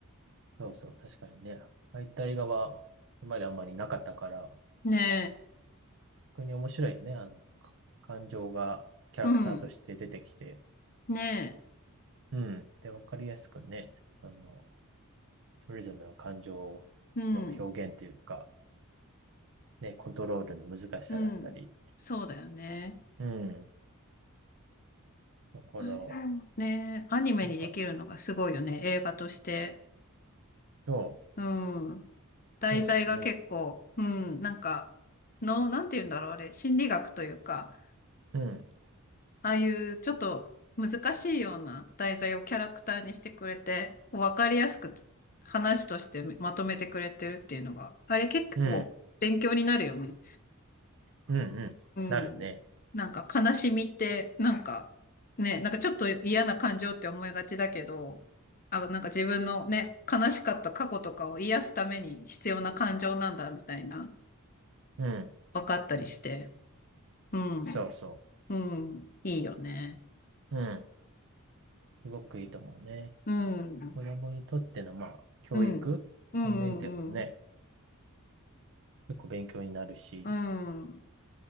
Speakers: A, on the right; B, on the left.
A: そうそう、確かにね。ああいった映画は、今まであんまりなかったから、
B: ねえ。
A: 逆に面白いよね。あの、か感情がキャラクターとして出てきて、
B: うん。ね
A: うん。で、わかりやすくね、その、それぞれの感情の表現というか、
B: え。うん。
A: ね、コントロールの難しさだったり、
B: うん。そうだよね。
A: うん。だから、
B: あれもね、アニメにできるのがすごいよね、
A: なんか、
B: 映画として。
A: そう、
B: うん。題材が結構、
A: そうなんだよね。
B: うん、なんか、の、なんて言うんだろう、あれ、心理学というか、
A: うん、
B: ああいうちょっと難しいような題材をキャラクターにしてくれて、こうわかりやすくつ話としてまとめてくれてるっていうのが、あれ結構勉強になるよね。
A: うん、うん、うん。
B: うん。
A: なるね。
B: なんか悲しみって、なんかね、なんかちょっと嫌な感情って思いがちだけど、あ、なんか自分のね、悲しかった過去とかを癒すために必要な感情なんだみたいな、
A: うん、
B: 分かったりして。うん。
A: そうそ
B: うん。いいよね。
A: う。うん。すごくいいと思うね。
B: うん。
A: 子供にとっての、まあ、教育の面でもね、
B: うん。うんうんうん。
A: 結構勉強になるし、
B: うん。